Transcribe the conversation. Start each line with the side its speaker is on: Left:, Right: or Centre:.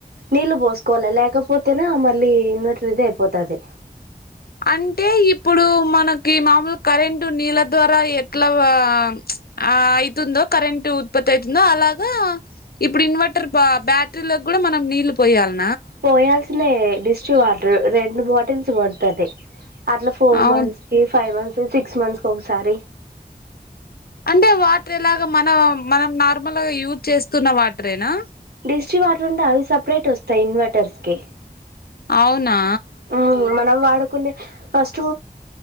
Right: నీళ్లు పోసుకోవాలి లా లేకపోతేనా మళ్ళీ ఇన్వర్టర్లాదే అయిపోతది
Left: అంటే ఇప్పుడు మనకి మామూలు కరెంటు నీళ్ళ ద్వారా ఎట్లా ఆ ప్చ్ ఆ అయ్తుందో కరెంట్ ఉత్పత్తి అయ్తుందో అలాగా ఇప్పుడు ఇన్వర్టర్ బా బ్యాటరీలో కూడా మనం నీళ్లు పోయాలి
Right: పోయాల్సిందే డిస్ వాటర్ రెండు బాటిల్స్ పడ్తాది అట్లా ఫోర్
Left: అవును
Right: మంత్స్ కి ఫైవ్ మంత్స్ కి సిక్స్ మంత్స్ కి ఒకసారి
Left: అంటే వాటర్ ఎలాగా మన మనం నార్మల్ గా యూజ్ చేస్తున్న వాటరేనా
Right: డిష్టి వాటర్ ఉంటే అవి సపరేట్ వస్తాయి ఇన్వర్టర్స్ కి
Left: అవునా
Right: హ్మ్ మనం వాడ్ కుంటే ఫస్ట్